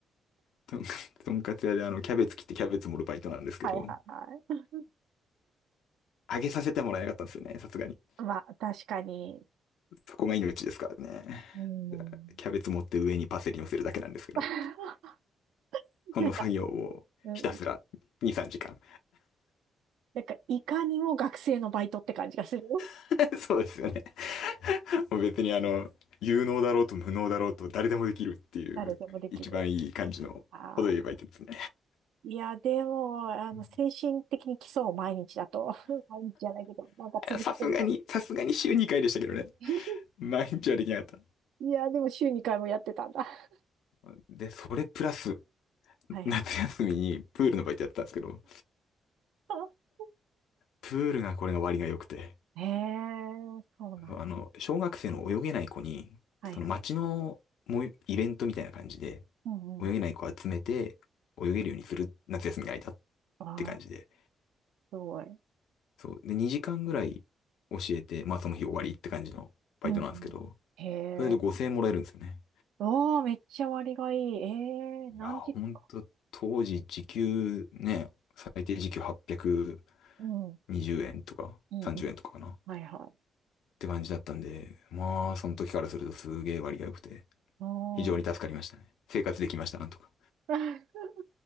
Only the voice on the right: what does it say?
はいはいは
い。まあ、確かに。
うん。
<laughs>
なんか、うん、
なんか、いかにも学生のバイトって感じがする。
誰でもできる。
あーいや、でも、あの、
精神的に基礎を毎日だと。<laughs> 毎日じゃないけど、なんか続けてると。
<laughs>
いや、でも週2回もやってたんだ。<laughs>
はいはい。
<laughs>
へえ、そうなん
だ。
はいはい。うんうん。
ああ、
すごい。
うんうん。へえ。
おー、めっちゃ割がいい。ええ、
何時か
うんうんうん。はいはい。
おー。
<laughs>